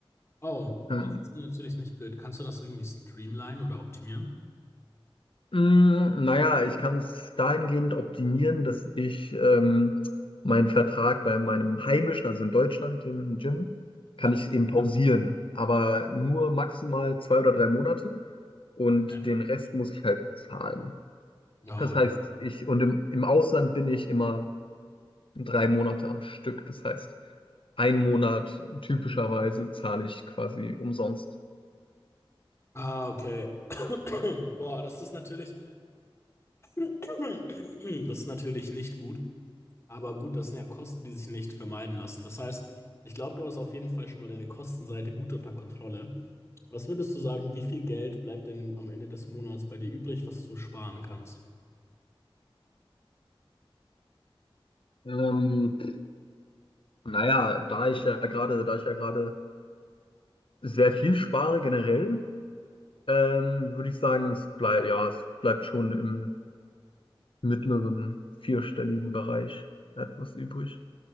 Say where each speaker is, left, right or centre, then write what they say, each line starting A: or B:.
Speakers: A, on the left; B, on the left.
A: Oh,
B: Ähm,
A: das ist natürlich nicht blöd. Kannst du das irgendwie streamlinen oder optimieren?
B: Mm, Naja, ich kann es dahingehend optimieren, dass ich ähm, meinen Vertrag bei meinem heimischen, also in Deutschland, dem Gym, kann
A: Ja,
B: ich eben pausieren, aber nur maximal zwei oder drei Monate und
A: okay.
B: den Rest muss ich halt zahlen.
A: Ja,
B: Das heißt, ich und im, im Ausland bin ich immer drei Monate am Stück. Das heißt, ein Monat typischerweise zahle ich quasi umsonst.
A: Ah, okay. <coughs> Boah, das ist natürlich, <coughs> das ist natürlich nicht gut. Aber gut, das sind ja Kosten, die sich nicht vermeiden lassen. Das heißt, ich glaube, du hast auf jeden Fall schon mal deine Kostenseite gut unter Kontrolle. Was würdest du sagen, wie viel Geld bleibt denn am Ende des Monats bei dir übrig, was du sparen kannst?
B: Ähm, naja, da ich ja gerade, da ich ja gerade sehr viel spare generell, ähm, würde ich sagen, es bleibt, ja, es bleibt schon im mittleren vierstelligen Bereich etwas übrig.